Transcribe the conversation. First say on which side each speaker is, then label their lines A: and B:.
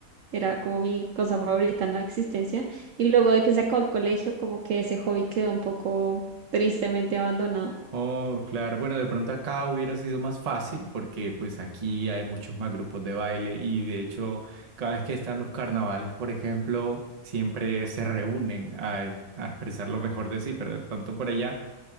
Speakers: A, on the right; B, on the right.
A: Era como mi cosa favorita en la existencia. Y luego de que se acabó el colegio, como que ese hobby quedó un poco tristemente abandonado.
B: Oh, claro. Bueno, de pronto acá hubiera sido más fácil porque pues aquí hay muchos más grupos de baile y de hecho cada vez que están los carnavales, por ejemplo, siempre se reúnen a, e, a expresar lo mejor de sí, pero de pronto por allá